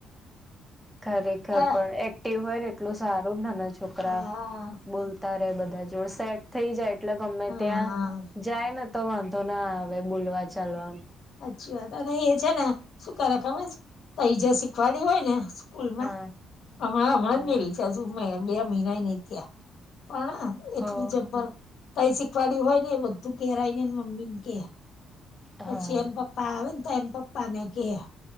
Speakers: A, in the centre; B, on the left.
A: ખરેખર
B: હા
A: પણ એક એક્ટીવ હોય ને એટલું સારું નાના છોકરા
B: હા
A: બોલતા રે બધા જોડ સેટ થઈ જાય એટલે ગમે
B: હા
A: ત્યાં જાય ને તો વાંધો ના આવે બોલવા ચાલવા.
B: સાચી વાત અને એ છે ને શું કરે ખમસ તો એ જે શીખવાળીયું હોય ને સ્કૂલમાં
A: હા
B: હમણાં
A: હા
B: હમણાં <unintelligible> હજુ બે મહિના નહી ત્યાં પણ એટલું
A: હ
B: જબર તઈ શીખવાડ્યું હોય ને એ બધું ઘેર આવીને મમ્મી ને કે
A: હા
B: પછી એને પપ્પા આવે ને તો એને પપ્પા ને કે.